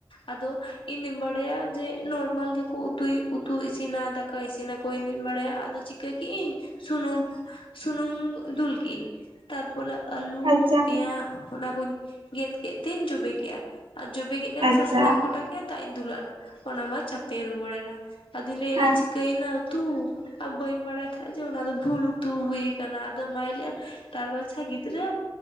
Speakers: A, on the left; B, on the right.
A: ᱟᱫᱚ ᱤᱧ ᱫᱩᱧ ᱵᱟᱲᱟᱭᱟ ᱡᱮ ᱱᱚᱨᱢᱟᱞ ᱜᱮᱠᱚ ᱩᱛᱭ ᱩᱛᱩ ᱤᱥᱤᱱᱟ ᱾ ᱠᱟᱭ ᱤᱥᱤᱱ ᱟᱠᱚᱣᱟ ᱤᱧ ᱫᱩᱧ ᱵᱟᱲᱟᱭᱟ, ᱟᱫᱚ ᱪᱤᱠᱟᱹ ᱠᱤᱜᱤᱧ ᱥᱩᱱᱩᱢ ᱥᱩᱱᱩᱢ ᱫᱩᱞ ᱠᱤ ᱤᱧ ᱛᱟᱨᱯᱚᱨᱮ ᱟᱹᱞᱩ
B: ᱟᱪᱪᱷᱟ
A: ᱯᱮᱸᱭᱟ ᱚᱱᱟᱠᱚᱧ ᱜᱮᱫ ᱠᱮᱫ ᱛᱮᱧ ᱡᱚᱵᱮ ᱠᱮᱜᱟ᱾ ᱟᱨ ᱡᱚᱵᱮ ᱠᱮᱫ ᱠᱷᱟᱱ
B: ᱟᱪᱪᱷᱟ
A: ᱥᱟᱥᱟᱝ ᱤᱧ ᱠᱚᱴᱟ ᱠᱮᱫᱟ ᱫᱟᱜ ᱤᱧ ᱫᱩᱞ ᱟᱜ ᱱᱟ ᱚᱱᱟ ᱢᱟ ᱪᱟᱯᱮ ᱨᱩᱣᱟᱹᱲᱮᱱᱟ᱾ ᱟᱫᱚᱧ ᱞᱟᱭ ᱫᱟ
B: ᱟᱪᱪᱷᱟ
A: ᱪᱤᱠᱟᱭ ᱱᱟ ᱛᱩ ᱟᱨ ᱵᱟᱹᱧ ᱵᱟᱲᱟᱭ ᱠᱟᱡᱽ ᱚᱱᱟ ᱫᱚ ᱵᱷᱩᱞ ᱩᱛᱩ ᱦᱩᱭ ᱟᱠᱟᱱᱟ ᱟᱫᱚ ᱢᱟᱭ ᱞᱟᱹᱭ ᱼᱟ ᱛᱟᱨ ᱵᱟᱪᱷᱟ ᱜᱤᱫᱽᱨᱟᱹ,